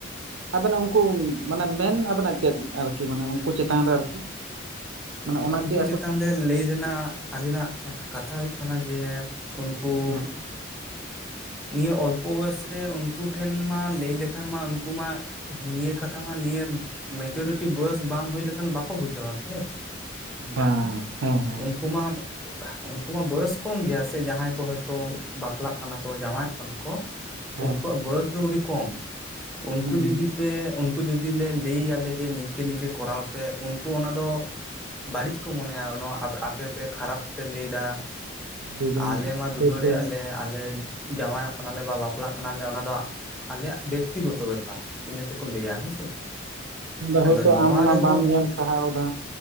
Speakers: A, on the right (about 80°); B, in the centre.
A: ᱟᱹᱵᱤᱱᱟᱜ ᱩᱱᱠᱩ ᱢᱟᱱᱮ ᱢᱮᱱ ᱟᱹᱵᱤᱱᱟᱜ ᱪᱮᱫ ᱟᱨᱠᱤ ᱢᱟᱱᱮ ᱩᱱᱠᱩ ᱪᱮᱛᱟᱱ ᱨᱮ ᱟᱨᱠᱤ? ᱢᱟᱱᱮ ᱚᱱᱟᱠᱤ
B: ᱩᱱᱠᱩ
A: ᱟᱠᱚ
B: ᱪᱮᱛᱟᱱ ᱨᱮ ᱞᱟᱹᱭ ᱨᱮᱱᱟᱜ ᱟᱹᱞᱤᱧ ᱱᱟᱜ ᱠᱟᱛᱷᱟ ᱦᱩᱭᱩᱜ ᱠᱟᱱᱟ ᱡᱮ ᱩᱱ ᱠᱩ
A: ᱦᱮᱸ
B: ᱱᱤᱭᱟᱹ ᱚᱞᱯᱚ ᱵᱚᱭᱚᱥᱨᱮ ᱩᱱᱠᱩ ᱴᱷᱮᱱ ᱢᱟ ᱞᱟᱹᱭ ᱞᱮᱠᱷᱟᱱ ᱢᱟ ᱩᱱᱠᱩ ᱢᱟ ᱱᱤᱭᱟᱹ ᱠᱟᱛᱷᱟ ᱢᱟ ᱱᱤᱭᱟᱹ ᱢᱮᱪᱩᱨᱤᱴᱤ ᱵᱚᱭᱮᱥ ᱵᱟᱝ ᱦᱩᱭ ᱞᱮᱠᱷᱟᱱ ᱵᱟᱠᱚ ᱵᱩᱡᱷᱟᱹᱣᱟ ᱥᱮ ᱾
A: ᱵᱟᱝ ᱦᱮᱸ
B: ᱩᱱᱠᱩ ᱢᱟ ᱩᱱᱠᱩ ᱢᱟ ᱵᱚᱭᱚᱥ ᱠᱚᱢ ᱜᱮᱭᱟ ᱥᱮ ᱡᱟᱦᱟᱸᱭ ᱠᱚ ᱦᱚᱭᱛᱳ ᱵᱟᱯᱞᱟᱜ ᱠᱟᱱᱟ ᱠᱚ ᱡᱟᱶᱟᱭᱚᱜ ᱠᱟᱱᱟ ᱠᱚ,
A: ᱦᱮᱸ
B: ᱩᱱᱠᱩᱣᱟᱜ ᱵᱚᱭᱚᱥ ᱫᱚ ᱩᱰᱤ ᱠᱚᱢ᱾ ᱩᱱᱠᱩ
A: ᱦᱩᱸ
B: ᱡᱩᱫᱤ
A: ᱦᱩᱸ
B: ᱯᱮ ᱩᱱᱠᱩ ᱡᱩᱫᱤ ᱞᱮ ᱞᱟᱹᱭ ᱟᱞᱮ ᱡᱮ ᱱᱤᱝᱠᱟᱹ ᱱᱤᱝᱠᱟᱹ ᱠᱚᱨᱟᱣ ᱯᱮ᱾ ᱩᱱᱠᱩ ᱚᱱᱟ ᱫᱚ ᱵᱟᱹᱲᱤᱪ ᱠᱚ ᱢᱚᱱᱮᱭᱟ ᱱᱚᱣᱟ ᱟᱯ-ᱟᱯᱮ ᱯᱮ ᱠᱷᱟᱨᱟᱯ ᱯᱮ ᱞᱟᱹᱭ ᱫᱟ᱾
A: ᱞᱟᱹᱭᱫᱟᱹᱧ
B: ᱟᱞᱮ ᱢᱟ ᱫᱩᱞᱟᱹᱲᱮᱜ
A: ᱦᱳᱭᱛᱳ
B: ᱟᱞᱮ, ᱟᱞᱮ ᱡᱟᱶᱟᱭᱚᱜ ᱠᱟᱱᱟᱞᱮ ᱵᱟ ᱵᱟᱯᱞᱟᱜ ᱠᱟᱱᱟᱞᱮ ᱚᱱᱟ ᱫᱚ ᱟᱞᱮᱭᱟᱜ ᱵᱮᱠᱛᱤᱜᱚᱛᱚ ᱵᱮᱯᱟᱨ ᱤᱱᱟᱹ ᱛᱮᱠᱚ ᱞᱟᱹᱭᱟ ᱦᱮᱸ ᱥᱮ ᱵᱟᱝ?
A: ᱟᱫᱚ ᱦᱚᱭᱛᱳ
B: ᱱᱚᱣᱟ
A: ᱟᱢ ᱚᱱᱟ
B: ᱨᱮᱫᱚ
A: ᱵᱟᱢ ᱧᱮᱞ ᱥᱟᱦᱟᱣ ᱫᱟ᱾